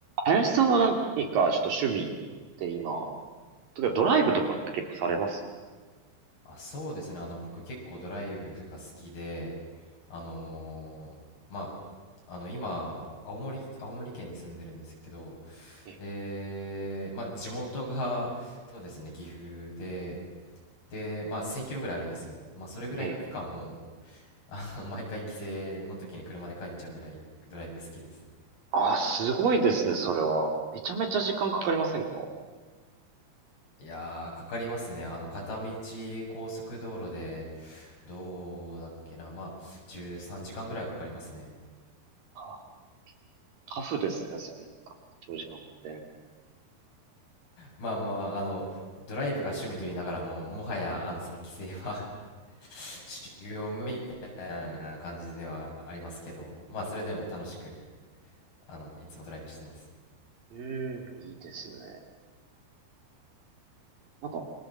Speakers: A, on the right (about 55°); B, on the left (about 60°).
A: 林さんは何かちょっと趣味で今、例えばドライブとかって結構されます
B: あ、そうですね。あの、僕結構ドライブが好きで、あのーまあ、あの、今、青森、青森県に住んでるんですけど、
A: ええ、
B: で、まあ、地元が、<laughs> そうですね、岐阜で、で、まあ、1000キロぐらいあるんですよ。まあ、それぐらいの区間も、
A: ええ。
B: <laughs> あの、毎回帰省の時に車で帰っちゃうぐらいドライブ好きです。
A: ああ、すごいですね、それは。めちゃめちゃ時間かかりませんか
B: いやー、かかりますね。あの、片道高速道路で、どうだっけな、まあ、13時間ぐらいはかかりますね。
A: あ、タフですね、それなんか。長時間運転。
B: まあまあまあ、あの、ドライブが趣味と言いながらも、もはや、あの、その規制は <laughs> 修行みたいな感じではありますけど、まあ、それでも楽しく、あの、いつもドライブしてます。
A: うーん、いいですね。なんか、